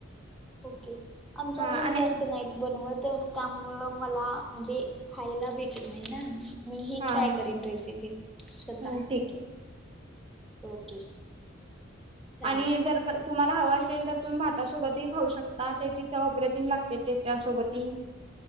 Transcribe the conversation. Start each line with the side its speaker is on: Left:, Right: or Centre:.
Centre: ओके आमच्या
Right: हा
Centre: घरी
Right: आणि
Centre: जास्त नाहीत बनवत. तर त्यामुळं मला म्हणजे खायला भेटत नाई ना. मी ही
Right: हा
Centre: ट्राय
Right: हा
Centre: करेन रेसिपी स्वतः.
Right: हा, ठीक आहे
Centre: ओके. चालेल
Right: आणि जर का तुम्हा हव असेल तर तुमी भातासोबत ही खाऊ शकता त्याची चव अप्रतिम लाग ते तेच्या सोबती